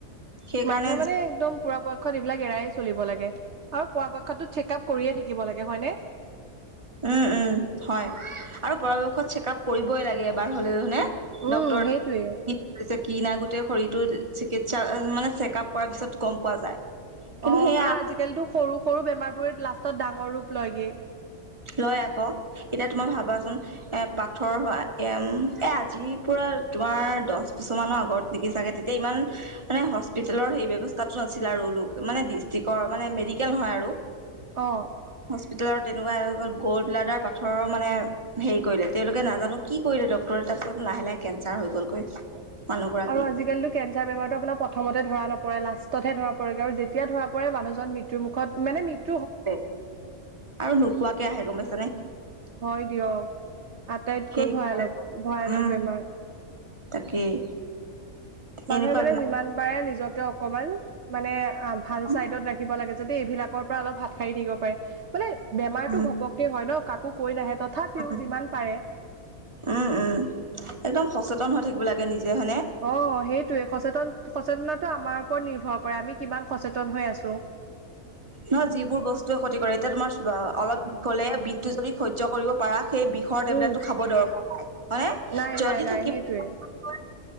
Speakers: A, on the right; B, on the right.
A: সেইকাৰণে
B: মানুহে মানে একদম পুৰাপক্ষত এইবিলাক এৰায়ে চলিব লাগে। আৰু পৰাপক্ষতটো চেক- আপ কৰিয়ে থাকিব লাগে, হয় নে?
A: উ-উ হয় আৰু পৰাপক্ষত চেক আপ কৰিবই লাগে এবাৰ হ'লে হয় নে?
B: উম
A: ডক্তৰ
B: সেইটোৱে
A: কি হৈছে, কি না গোটেই শৰীৰটো চিকিৎসা মানে চেক আপ কৰাৰ পিছত গম পোৱা যায়। কিন্তু
B: অ,
A: সেয়া
B: কাৰণ আজি-কালিতো সৰু সৰু বেমাৰবোৰে লাষ্টত ডাঙৰ ৰূপ লয়গে।
A: লয় আকৌ। এতিয়া তোমাৰ ভাবাচোন এ পাথৰ হোৱা, এম এ আজিৰ পৰা যোৱাৰ দছ বছৰ মানৰ আগত নেকি চাগে। তেতিয়া ইমান মানে হস্পিতেলৰ সেই ব্যৱস্থাটো নাছিলে। <unintelligible> মানে দিচতিকৰ মানে মেডিকেল নহয় আৰু
B: অ
A: হস্পিটেলযৰ তেনেকোৱা গ'ল্ড ব্লাডাৰ পাথৰৰ মানে হেৰি ক। তেওঁলোকে নাজানো কি কৰিলে ডক্টৰে। তাৰ পিছত লাহে লাহে কে জাৰ হৈ গ'লগৈ। মানুহগৰাকী
B: আৰু আজি-কালি কেঞ্চাৰ বেমাৰতো আপোনাৰ প্ৰথমতে ধৰা নপৰে। লাষ্ট ততহে ধৰা পৰেগৈ আৰু যেতিয়া ধৰা পৰে মানুহজন মৃত্যু মুখত মানে মৃত
A: হে আৰু নোকোৱাকে আহে গম পাইছ
B: হয় দিয়ক। আটাইতকৈ
A: সেই
B: ভয়ালক ভয়ানক
A: উম
B: বেমাৰ।
A: তাকেই।
B: মানুহে
A: এনেকুৱা
B: মানে
A: বেমাৰ
B: যিমান পাৰে নিজ নিজকে অকমান মানে ভাল
A: উম
B: চাইডত ৰাখিব লাগে, যাতে এইবিলাকৰ পৰা অলপ হাত সাৰি থাকিব পাৰে। মানে বেমাৰটো
A: উম
B: ঘপককে হয় ন। কাকো কৈ নাহে। তথাপিও
A: উম
B: যিমান পাৰে।
A: উম উম একদম সচেতন হৈ থাকিব লাগে নিজে হয়নে
B: অ, সেইটোৱে। সচেতন সচেতনাটো আমাৰ ওপৰত নিৰ্ভৰ কৰে আমি কিমান সচেতন হৈ আছো। তও
A: নহয় যিবোৰ বস্তুৱে ক্ষতি কৰে এতিয়া তোমাৰ অলপ বিষ হ'লে বিষ টো যদি সহ্য কৰিব পাৰা সেই বিষৰ টেবলেট
B: উম
A: টো খাব দৰকাৰ নাই হয়নে
B: নাই
A: যদি
B: নাই নাই
A: থাকিব
B: সেইটোৱে
A: <unintelligible>